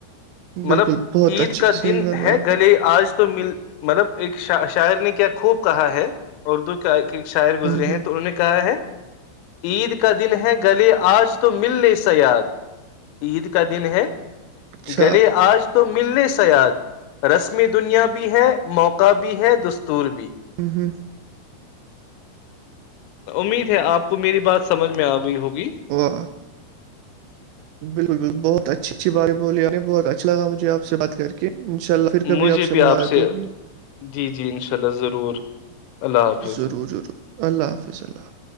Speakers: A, on the right; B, on the left.
A: بالکل
B: مطلب
A: بہت
B: عید
A: اچھے
B: کا
A: صحیح
B: دن
A: فرمایا
B: ہے
A: آپ
B: گلے
A: نے
B: آج تو مل مطلب ایک شاعر نے کیا خوب کہا ہے اردو کا ایک شاعر گزرے
A: ہوں
B: ہیں
A: ہوں
B: تو انہوں نے کہا ہے عید کا دن ہے گلی آج تو مل ل سا یاد عید کا دن ہے
A: اچھا
B: گلے آج تو ملنے سیاد رسم دنیا بھی ہے موقع بھی ہے دستور بھی
A: ہوں ہوں
B: امید ہے آپ کو میری بات سمجھ میں آ گئی ہوگی
A: وہ بالکل بال بہت اچھی اچھی بات بلی نے بہت اچھا لاجھے آپ بات کر کے ان شاء اللہ پھر کبھی
B: مجھے بھی
A: ملاقات
B: آپ سے
A: ہوگی
B: جی جی ان شاء اللہ ضرور اللہ حافظ
A: ضرور ضرور اللہ حافظلام